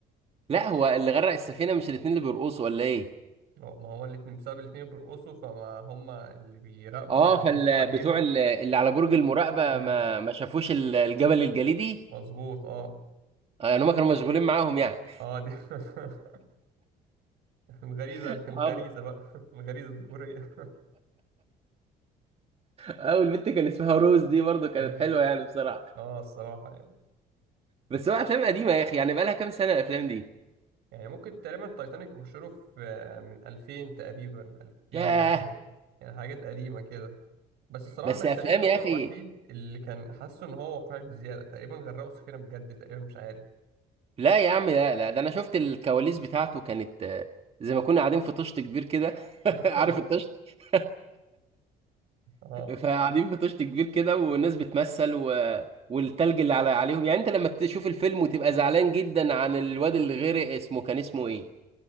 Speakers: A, on the right; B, on the right.
A: لا هو اللي غرق السفينه مش الاثنين اللي بيرقصوا ولا ايه
B: ما هو الاتنين بسبب الاتنين بيرقصوا فما هما اللي بيراقبوا
A: اه
B: أو بيبصوا
A: فال
B: عليهم
A: بتوع ال- اللي على برج المراقبه
B: امم
A: ما ما شافوش ال- الجبل الجليدي
B: مظبوط اه
A: آه، يعني هم كانوا مشغولين معاهم يعني
B: اه دي <laughs> الغريزة الغريزة
A: <laughs>
B: بقى الغريزة الذكورية
A: اه والبت كان اسمها روز دي برضه كانت
B: امم
A: حلوه يعني بصراحه
B: اه الصراحة يعني.
A: بس هو افلام قديمه يا اخي يعني بقالها كام سنه الافلام دي
B: يعني ممكن تقريبا التايتانيك يخش له في آه، من 2000 تقريبا 2001
A: ياه
B: يعني حاجات قديمة كده بس الصراحة
A: بس
B: تايتانيك
A: افلام
B: هو
A: يا اخي
B: الوحيد اللي كان حاسه ان هو واقعي بزيادة تقريبا غرقوا سفينة بجد تقريبا مش عارف
A: لا يا عم لا لا ده انا شفت الكواليس بتاعته كانت آه، زي ما كنا قاعدين في طشت كبير كده <laughs>
B: <laughs>
A: عارف الطشت <laughs>
B: اه
A: فقاعدين في طشت كبير كده والناس بتمثل و... والتلج اللي على عليهم يعني انت لما تشوف الفيلم وتبقى زعلان جدا عن الواد اللي غرق اسمه كان اسمه ايه